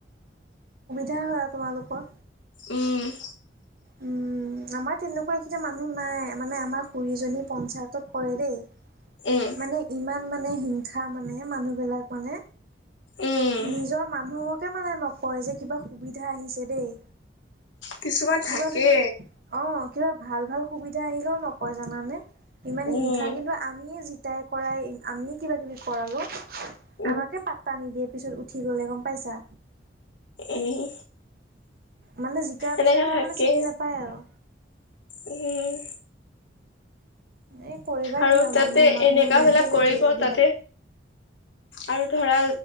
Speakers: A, on the right; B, on the left.
A: স হয় তোমালোকৰ।
B: উম।
A: উম, উ, আমাৰ তেনেকুৱাকেইটা মানুহ নাই মানে আমাৰ খুুৰী জনী পঞ্চায়তত কৰে দেই
B: উম
A: মানে ইমান মানে হিংসা মানে মানুহবিলাক মানে
B: উম
A: নিজৰ মানুহকে মানে নকয় যে কিবা সুবিধা আহিছে দেই
B: কিছুমান
A: কিবা
B: থাকে।
A: যদি অ কিবা ভাল ভাল সুবিধা আহিলেও নকয় জানানে ইমান
B: উম
A: হিংসা কিন্তু আমিয়ে াই কৰাই আমিয়ে কিবা কিবি কৰালো
B: উম
A: আমাকে পাত্তা নিদিয়ে পিছত উঠি গলে গম পাইছা।
B: উম
A: মানে জিকাৰ
B: এনেকা
A: পিছত আৰু
B: থাকে
A: মানে চিনি নাপায় আৰু।
B: উম,
A: এই কৰিবা
B: আৰু
A: কি
B: তাতে
A: মানুহৰ মানুহৰ
B: এনেকা
A: মেণ্টেলিটি
B: বিলাক কৰিব
A: এইবিলাক।
B: তাতে আৰু ধৰা